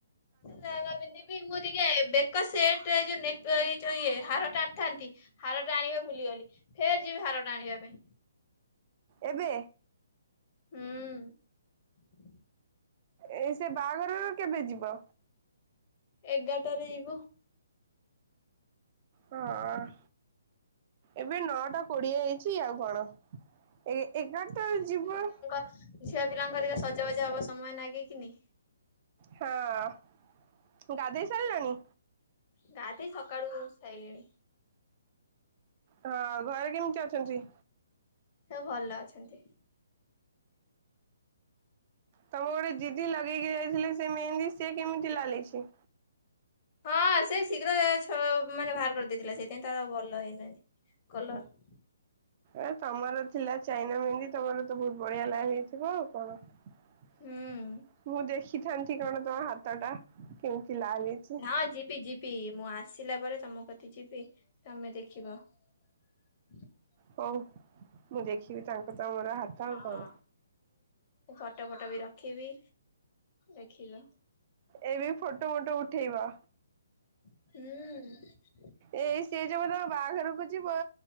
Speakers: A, on the left (about 35°); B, on the right (about 35°).
A: ଲହେଙ୍ଗା ପିନ୍ଧିବିି ମୁଁ ଟିକେ ବେକ ସେଟ ଏ ଯୋଉ ନେକ ଏ ଯେଉ ଇଏ ହାର ଟ ଆଣିଥାନ୍ତି। ହାର ଟା ଆଣିବା ଭୁଲିଗଲି ଫେର ଯିବି ହାରଟା ଆଣିବା ପାଇଁ।
B: ଏବେ।
A: ହଁ।
B: ଏଇ ସେ ବାହାଘରରୁ କେବେ ଯିବ।
A: ଏଗାରଟାରେ ଯିବୁ।
B: ହଁ। ଏବେ ନଅଟା କୋଡିଏ ହେଇଛି ଆଉ କଣ ଏ ଏଗାରଟାରେ ଯିବୁ।
A: ଝିଆ ପିଲାଙ୍କର ଟିକେ ସଜ ବାଜ ହବାକୁ ସମୟ ନାଗେଇକିନି।
B: ହଁ ଗାଧେଇ ସାରିଲଣି।
A: ଗା ଦେଇ ସକାଳୁ ସାଇଲିଣି
B: ହଁ ଘରେ କେମିତି ଅଛନ୍ତି?
A: ସ ଭଲ ଅଛନ୍ତି।
B: ତମକୁ ଗୋଟେ ଜିଦି ଲଗେଇକି ଯାଇଥିଲେ ସେ ମେହେନ୍ଦି ସିଏ କେମିତି ଲାଗିଛି।
A: ହଁ ସେ ଶୀଘ୍ର ଛ ମାନେ ବାହାର କରିଦେଇଥିଲା ସେଇଥିାଇଁ ତାର ଭଲ ହେଇ <unintelligible>
B: ଏ ତମର ଥିଲା ଚାଇନା ମେହନ୍ଦି ତମର ତ ବହୁତ ବଢିଆ ଲାଲ୍ ହେଇଥିବ ଆଉ ନା କଣ?
A: ହଁ।
B: ମୁଁ ଦେଖିଥାନ୍ତି କଣ ତମ ହାତ ଟା କେମିତି ଲାଲ ହେଇଛି।
A: ହଁ ଯିବି ଯିବି ମୁଁ ଆସିଲା ପରେ ତମ କତି ଯିବି ତମେ ଦେଖିବ। ହଁ।
B: ହଉ ମୁଁ ଦେଖିବି ତାଙ୍କ ତମର ହାତ। ଆଉ
A: ହଁ
B: କଣ।
A: ମୁଁ ଫଟୋ ଫଟୋ ବି ରଖିବି, ଦେଖିବା।
B: ଏ ବି ଫୋଟୋ ଫଟୋ ଉଠେଇବ।
A: ହୁଁ।
B: ଏଇ ସେ ଯେବେ ତମ ବାହାଘରକୁ ଯିବ।